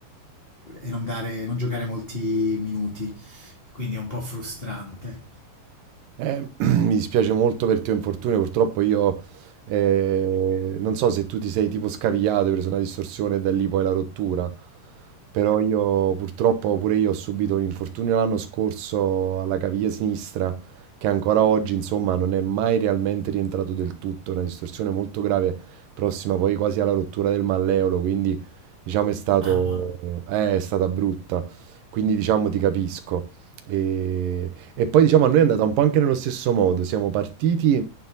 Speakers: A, on the left; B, on the right.
A: e non dare- non giocare molti minuti, quindi è un po' frustrante.
B: Eh, <clears throat> mi dispiace molto per il tuo infortunio, purtroppo io eh, non so se tu ti sei tipo scavigliato, hai preso una distorsione e da lì poi la rottura, però io purtroppo pure io ho subito un infortunio l'anno scorso alla caviglia sinistra che ancora oggi insomma non è mai realmente rientrato del tutto, una distorsione molto grave prossima poi quasi alla rottura del malleolo, quindi diciamo è stato,
A: Ah,
B: eh, è stata brutta, quindi diciamo ti capisco. E e poi diciamo a noi è andata un po' anche nello stesso modo, siamo partiti,